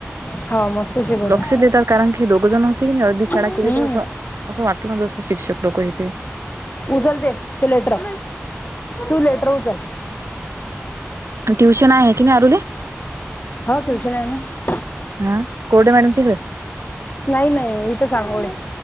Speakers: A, on the left (about 40°); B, on the right (about 85°).
A: हा मस्त शिकवते
B: लक्ष देतात कारण की दोघ जण अर्धी शाळा
A: हम्म
B: केली तर असं, असं वाटलं ना जस शिक्षक लोकं इथे
A: उचल ते लेटर, तू लेटर उचल
B: ट्युशन आहे की नाही अरुले
A: हो ट्युशन आहे ना.
B: हा कोरडे मॅडमच्या इकडे?
A: नाही, नाही इथ सांगगोळे.